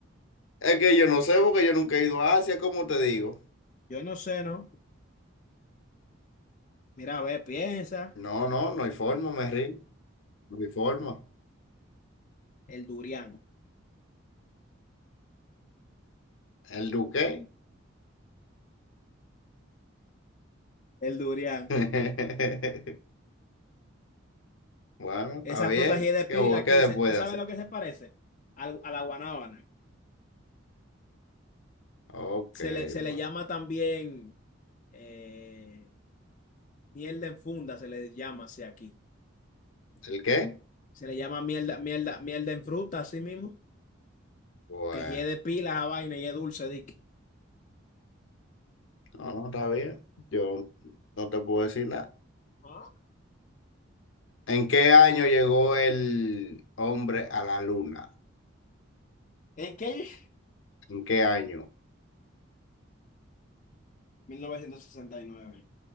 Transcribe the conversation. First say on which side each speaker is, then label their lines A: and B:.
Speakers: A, on the left (about 70°); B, on the left (about 40°).
A: Es que yo no sé porque yo nunca he ido a Asia, ¿cómo te digo?
B: yo no sé, ¿no? Mira, a ver, piensa,
A: No, no, no hay forma, me rindo, no hay forma.
B: el durián,
A: ¿El duque?
B: el durián.
A: <laughs> Bueno, está
B: Esa
A: bien.
B: fruta así de pila
A: ¿Qué, vo-
B: aquí,
A: qué después
B: se- ¿tú
A: puede
B: sabes
A: hacer?
B: lo que se parece? Al- a la guanábana.
A: Ok,
B: Se le, se
A: bueno.
B: le llama también eh, mierda en funda, se le llama así aquí.
A: ¿El qué?
B: Se le llama mierda, mierda, mierda en fruta, así mismo.
A: Bueno.
B: Que si es de pila a vaina y es dulce, dique.
A: No, no, está bien. Yo no te puedo decir nada.
B: Ah.
A: ¿En qué año llegó el hombre a la luna?
B: ¿En qué? mil
A: ¿En qué año?
B: mil novecientos novecientos sesenta sesenta y nueve